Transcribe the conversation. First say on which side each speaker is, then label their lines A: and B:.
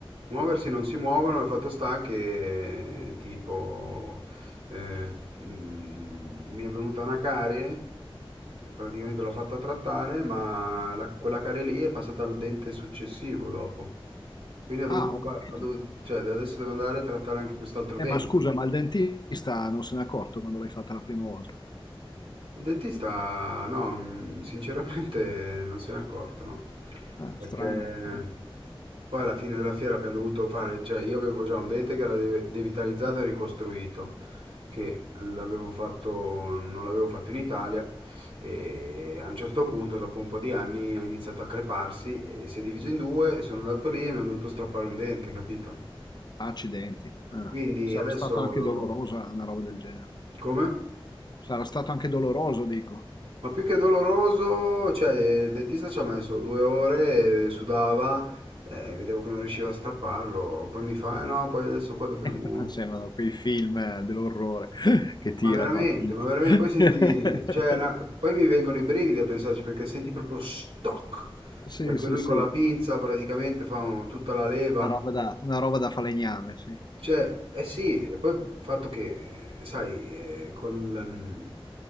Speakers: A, on the right; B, on the left.
A: Muoversi non si muovono, il fatto sta che tipo eh, mm, mi è venuta una carie, praticamente l'ho fatta trattare, ma la- quella carie lì è passata al dente successivo dopo. Quindi ho dovuto
B: Ah, ho
A: fare,
B: capito.
A: cioè adesso devo andare a trattare anche quest'altro
B: Eh,
A: dente.
B: ma scusa, ma il dentista non se n'è accorto quando l'hai fatta la prima volta?
A: Il dentista, no, mm, sinceramente non se n'è accorto, no.
B: Ah,
A: Perché
B: strano. Mm.
A: poi alla fine della fiera abbiamo dovuto fare, cioè io avevo già un dente che era de- devitalizzato e ricostruito, che l'avevo fatto, non l'avevo fatto in Italia e a un certo punto, dopo un po' di anni, ha iniziato a creparsi e si è diviso in due, e sono andato lì e mi hanno dovuto strappare un dente, capito?
B: Accidenti. Ah,
A: Quindi
B: Sarà
A: adesso...
B: stato anche dolorosa una roba del genere.
A: Come?
B: Sarà stato anche doloroso, dico.
A: Ma più che doloroso, cioè il dentista ci ha messo due ore, eh, sudava, eh, vedevo che non riusciva a strapparlo, poi mi fa, eh no, poi adesso qua dobbiamo...
B: <laughs> Non sembrano quei film eh, dell'orrore <laughs> che tira
A: Ma veramente,
B: con la pinza.
A: ma veramente,
B: <laughs>
A: poi senti, cioè, una- poi mi vengono i brividi a pensarci perché senti proprio stock,
B: Sì,
A: perché
B: sì,
A: lui
B: sì,
A: con
B: una
A: la pinza praticamente fa tutta la leva
B: roba da, una roba da falegname, sì.
A: Cioè, eh sì, e poi il fatto che, sai, eh, col, mm,